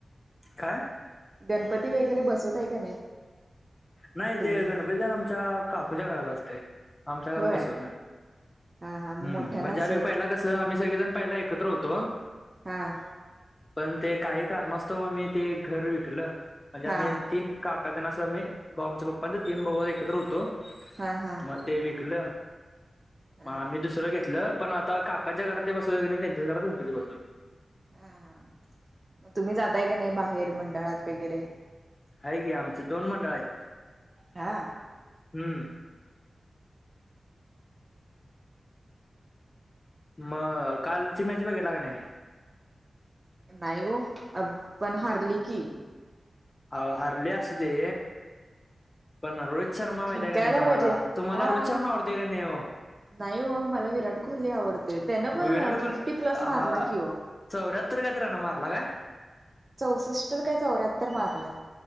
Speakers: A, on the left (about 35°); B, on the right (about 35°).
A: काय
B: गणपती वगैरे बसवतय का नाही
A: नाही
B: तुम्ही?
A: ते गणपती जण आमच्या काकूच्या घरात असते आमच्या
B: होय
A: घरात बसवत नाही
B: हा हा मोठ्यानं
A: हम्म म्हणजे
B: असेल
A: आम्ही पहिला कसं आम्ही सगळेजण पहिला एकत्र होतो
B: हां
A: पण ते काही कारण असतो आम्ही तेी घर विकल म्हणजे
B: हा
A: आम्ही ती काकादनास मी भाऊमच्या पप्पपाचा तीन भाऊ एकत्र होतो
B: हा हा
A: मग ते विकल
B: हा
A: मग आम्ही स घेतलं पण आता काकाच्या घरात ते बसव त्यांच्या घरात गणपती बसवते
B: हा मग तुम्ही जाताय काी नाही बाहेर मंडळात वगैरे
A: आहे की आमचे दोन मंडळ आहेत
B: हा
A: हम्म मग कालची मॅच बघालाग नाही
B: नाही हो पण हारली की
A: अ हरले अस दे पण रोहित शर्मा माहितीय
B: जिंकायला
A: का नाही तुम्हाला
B: पाहिजे
A: तुम्हाला
B: हा.
A: रोहित शर्मा आवडतोय का नाही हो
B: नाही हो मला विराट कोहली आवडतेय त्यानं
A: मग
B: पण
A: विराट कोहली
B: फिफ्टी प्लस मारला
A: हा
B: कि हो
A: चौऱ्याहत्तर काय तर रण मारला का?
B: चौसष्ट काय चौऱ्याहत्तर मारलेत.